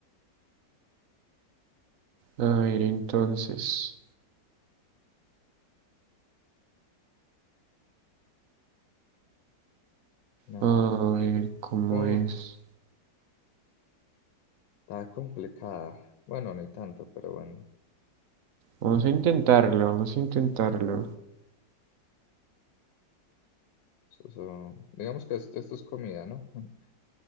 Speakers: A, on the right; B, on the left.
A: A ver, entonces.
B: Nam.
A: A ver, ¿cómo
B: Uy,
A: es?
B: está complicada. Bueno, ni tanto, pero bueno.
A: Vamos a intentarlo, vamos a intentarlo.
B: Eso- eso- Digamos que esto, esto es comida, ¿no? <laughs>